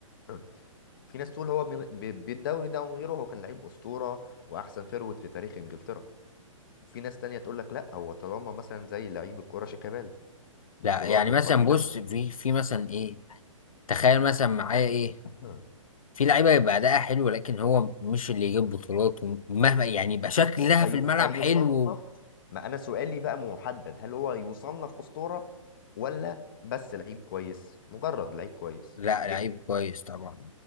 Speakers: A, on the left (about 40°); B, on the left (about 85°).
A: <clears throat> في ناس تقول هو من- ب- بالدوري ده ومن غيره هو كان لعيب أسطورة وأحسن فيرود في تاريخ إنجلترا وفي ناس تانية تقول لك لا هو طالما مثلا زي لعيب الكرة شيكابالا بطولاته
B: لا يعني مثلا
A: قليلة
B: بص
A: <clears throat>
B: في في مثلا ايه تخيل مثلا معايا ايه
A: <laughs>
B: في لعيبة يبقى أداءها حلو لكن هو مش اللي يجيب بطولات ومهما يعني يبقى شكلها
A: في...
B: في الملعب
A: فيصنف
B: حلو
A: ما انا سؤالي بقى محدد هل هو يصنف اسطورة ولا بس لعيب كويس مجرد لعيب كويس
B: لا
A: جه
B: لعيب كويس طبعا